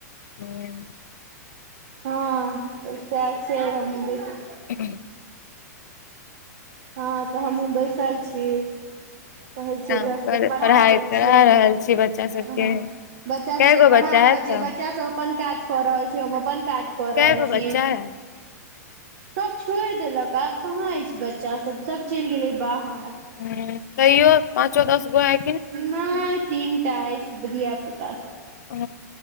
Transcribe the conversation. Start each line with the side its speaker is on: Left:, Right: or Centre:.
Left: <unintelligible>
Right: हँ तऽ उ सएह छै हमहुं बैसल
Left: <unintelligible>
Right: हँ त हमहूँ बैसल छी। कहै छिये
Left: काम
Right: एकरा सबके
Left: कर
Right: पढ़ा
Left: पढ़ाइ
Right: दय
Left: करा
Right: छियइ
Left: रहल छी बच्चा सबके
Right: अहाँ, बच्चा
Left: कए
Right: सबके
Left: गो
Right: पढ़ा
Left: बच्चा है
Right: रहल छियै
Left: तऽ
Right: बच च्चा सब अपन काज क रहल छय, हम अपन काज क
Left: कए
Right: रहल
Left: गो
Right: छी।
Left: बच्चा है
Right: सब छोइड़ देलक, अब कहाँ अछि बच्चा सब, सब चैल गेलै बाहर।
Left: हूं तैयो पाँचो-दस गो अय।
Right: नहि तीन टा अइछ घिया पुता सब।
Left: ओ